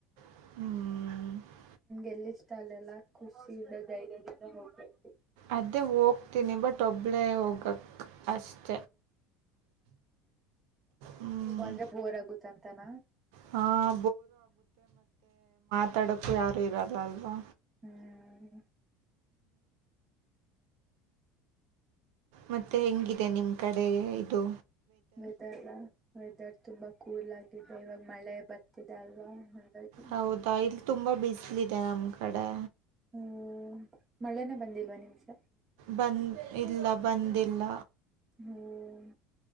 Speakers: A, on the right; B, on the right.
A: ಹ್ಮ್
B: ಎಲ್ಲಿ ಇಷ್ಟ ಅಲ್ಲೆಲ್ಲಾ ಕುಷಿಂದ ಧೈರ್ಯದಿಂದ ಹೋಗ್ಬೇಕು.
A: ಅದೇ ಹೋಗ್ತೀನಿ ಬಟ್ ಒಬ್ಬಳೆ ಹೋಗಕ್ ಅಷ್ಟ ಹ್ಮ್.
B: ಒಂದ್ರೆ ಬೋರ್ಗುತ್ತಂತಾನ
A: ಹಾಂ ಮಾತಡಕು ಯಾರು ಇರೋಲ್ಲ ಅಲ್ವಾ
B: ಹ್ಮ್
A: ಮತ್ತೆ ಹೆಂಗಿದೆ ನಿಮ್ ಕಡೆ ಇದು
B: ವೆದರ್ ವೆದರ್ ತುಂಬಾ ಕೂಲ್ ಆಗಿದೆ ಇವಾಗ ಮಳೆ ಬರ್ತಿದೆ ಅಲ್ವಾ ಹಾಗಾಗಿ
A: ಹೌದಾ ಇ ತುಂಬಾ ಬಿಸಿಲ ಇದೆ ನಮ್ ಕಡೆ
B: ಹ್ಮ್ ಮಳೆನೆೇ ಬಂದಿಲ್ವಾ ನೀವು್ಸ
A: ಬಂದ ಇಲ್ಲ ಬಂದಿಲ್ಲ
B: ಹ್ಮ್